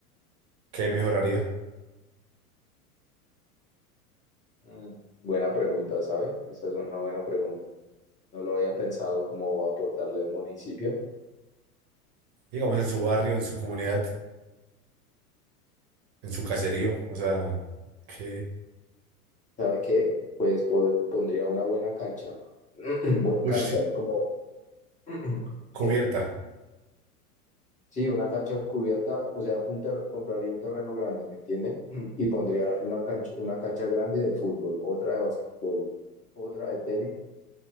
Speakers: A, on the right (about 40°); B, on the left (about 15°).
A: ¿qué mejoraría?
B: Mm, buena pregunta, ¿sabe? Esa es una buena pregunta. No lo había pensado como aportarle al municipio.
A: Digamos, en su barrio, en su comunidad, en su caserío, o sea, ¿qué
B: ¿Sabe qué? Pues po- pondría una buena cancha. <clears throat> Buen-
A: Pues
B: Canchas, como <clears throat>
A: cubierta?
B: ¿Qué? Sí, una cancha cubierta, o sea, un ter- compraría un terreno grande, ¿me entiende? Mm, Y pondría una cancha, una cancha grande de fútbol, otra de basquetbol, otra de tenis